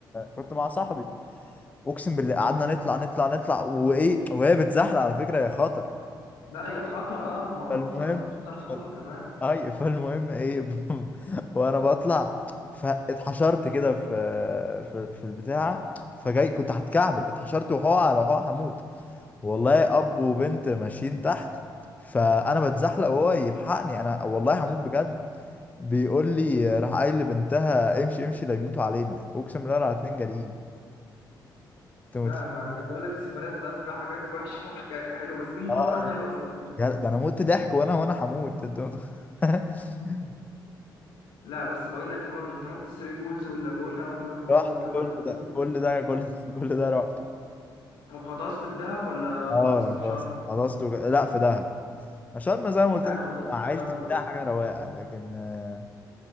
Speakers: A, on the left; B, on the left.
A: كنت مع صاحبي اقسم بالله قعدنا نطلع نطلع نطلع وايه وهي بتزحلق على فكره يا خاطر
B: لا هي خطر اه ما
A: فالمهم
B: خطر خطر خطر
A: فال...
B: كمان
A: اي فالمهم ايه <laughs> وانا بطلع فاتحشرت كده في في في البتاع فجاي كنت هتكعبل اتحشرت وحقع على حقع هموت والله اب وبنت ماشيين تحت فانا بتزحلق وهو يلحقني انا والله هموت بجد بيقول لي راح قايل لبنتها امشي امشي لا يموتوا علينا اقسم بالله على اتنين جاريين انت متخ-
B: لا ما انت بقول لك السفريات ده فيها حاجات وحشه <laughs> وحاجات حلوه بس دي مغامره
A: اه
B: حلوه الصراحه
A: يا- ده انا مت ضحك وانا وانا هموت انت متخ- <laughs>
B: لا بس بقول لك ايه برضه انت رحت ثري بولز واللاجونه وبلو هول
A: رحت
B: والجماعه
A: كل
B: دول
A: ده
B: كلهم
A: كل ده كل كل ده رحته
B: طب غطست في دهب ولا
A: اه
B: غطست في
A: خلاص
B: شرم؟
A: خلصته ج- لا في دهب عشان زي ما قلت
B: لا
A: لك
B: انا غطست
A: مع
B: في
A: عيلتي
B: شرم بقى
A: بتاع حاجه رواقه لكن آه،